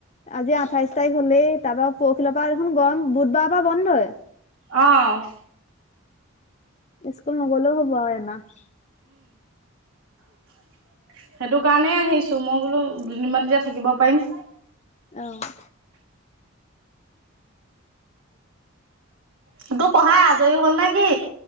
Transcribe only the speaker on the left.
আজি আঠাইছ তাৰিখ হ'লেই, তাৰ পৰা পৰখিলৈপৰা দেখোন গৰম বুধবাৰৰ পৰা বন্ধয়ে।
স্কুল নগলেও হ'ব আৰু এমাহ।
অ'।